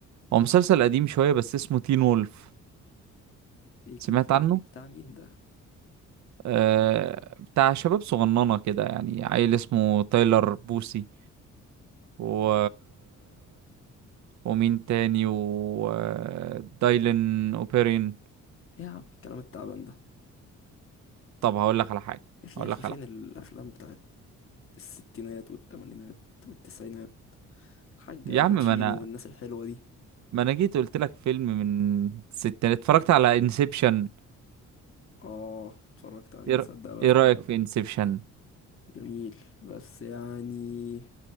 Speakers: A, on the right (about 65°); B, on the left (about 45°).
A: هو مسلسل قديم شويه بس اسمه تين وولف
B: ايه كي
A: سمعت
B: بتاع
A: عنه
B: بتاع مين ده
A: آه بتاع شباب صغننه كده يعني عيل اسمه تايلر بوسي و ومين تاني ودايلن اوبيرين
B: ايه يا عم الكلام التعبان ده
A: طب هقول لك على حاجه
B: يا اخي
A: هقول
B: يا اخي
A: لك
B: فين
A: على حاجه
B: الافلام بتاعت الستينات والثمانينات والتسعينات الحاج
A: يا
B: الباتشينو
A: عم ما انا
B: والناس الحلوه دي
A: ما انا جيت قلت لك فيلم من ستة اتفرجت على انسبشن
B: اه اتفرجت عليه
A: ايه
B: تصدق
A: رأ-
B: بقى
A: إيه رأيك في انسبشن
B: جميل بس يعني